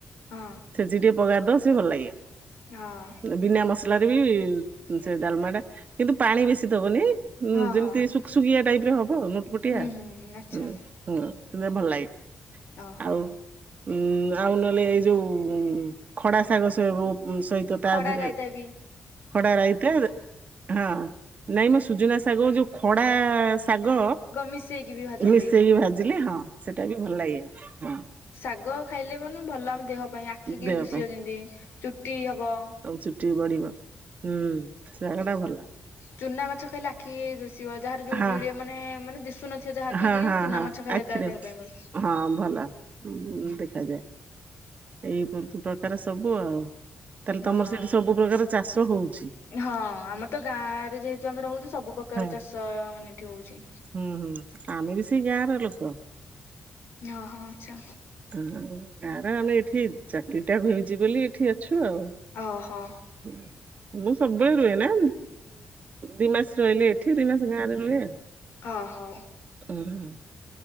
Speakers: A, on the left; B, on the right.
A: ହଁ
B: ଛେଚିକି ଟିକେ ପଘାରି ଦବା ସେ ଭଲ୍ ଲାଗିବ।
A: ହଁ।
B: ବିନା ମସଲାରେ ବି ସେ ଡ଼ାଲମା ଟା କିନ୍ତୁ ପାଣି ବେଶୀ ଦବନି। ହୁଁ
A: ହଁ
B: ଯେମିତି
A: ହଁ
B: ଶୁକ୍ ସୁକିଆ ଟାଇପ୍ ର ହବ ନୋତ ପତିଆ
A: ହୁଁ ହୁଁ ଆଚ୍ଛା
B: ହୁଁ ହୁଁ ସେଉରା ଭଲ ଲାଗେ।
A: ଓହୋ
B: ଆଉ ଉଁ ଆଉ ନ ହେଲେ ଏଇ ଯୋଉ ଖଡା ଶାଗ ସବୁ ହୁଁ ସଇତ ତା
A: ଖଡା
B: ଦେହରେ
A: ରାଇତା ବି
B: ଖଡ଼ା ରାଇତା ହଁ। ନାଇଁ ମ ସୁଜନା ଶାଗକୁ ଯୋଉ ଖଡ଼ା ଶାଗ
A: ମିଶେଇକି ବି ଭାଜନ୍ତି।
B: ମିଶେଇକି ଭାଜିଲେ ହଁ ସେଟା ବି ଭଲ ଲାଗିବ ହଁ।
A: ଶାଗ ଖାଇଲେ ମାନେ ଭଲ ଆମ ଦେହ ପାଇଁ ଆଖିକି
B: ଦେହ
A: ଦୁଷିବ ଯେମତି ଚୁଟି ହବ।
B: ଆଉ ଚୁଟି ବଢ଼ିବ ହୁଁ ସାଗ ଟା ଭଲ।
A: ଚୁନା ମାଛ ଖାଇଲେ ଆଖିକି ଦିଶିବ ଯାହାର ଜୁଳି
B: ହଁ
A: ଜୁଳିଆ ମାନେ ମାନେ ଦିଶୁନ ସେ ଯାହାକିକି
B: ହଁ ହଁ
A: ଚୁନା
B: ହଁ
A: ମାଛ ଖାଇଲେ
B: ଆଖିରେ
A: ତା ଦେହ ପାଇଁ ଭଲ।
B: ହଁ ଭଲ <unintelligible> ଦେଖାଯାଏ। ଏଇ <unintelligible> ପ୍ରକାର ସବୁ ଆଉ। ତାହେଲେ
A: ହଁ
B: ତମର ସେଠି ସବୁ ପ୍ରକାର ଚାଷ ହଉଛି
A: ହଁ ଆମର ତ ଗାଁ ରେ ଯେହେ ଆମର ହଉଛି ସବୁ ପ୍ରକାର
B: ହଁ
A: ଚାଷ ମାନେ ଏଠି ହଉଛି।
B: ହୁଁ ହୁଁ ଆମେ ବି ସେଇ ଗାଁ ର ଲୋକ।
A: ହଁ ହଁ ଆଚ୍ଛା।
B: ହ ଗାଁ ର ଆମେ ଏଠି ଚାକିରି ଟା ହେଉଛି ବୋଲି ଏଠି ଅଛୁ ଆଉ।
A: ଆଅ ହ।
B: <inaudible> ମୁଁ ସବୁବେଳେ ରୁହେ ନା ଦି ମାସ ରହିଲେ ଏଠି ଦି ମାସ ଗାଁ ରେ ରୁହେ ଆଉ।
A: ଅ ହୋ
B: ଓହୋ।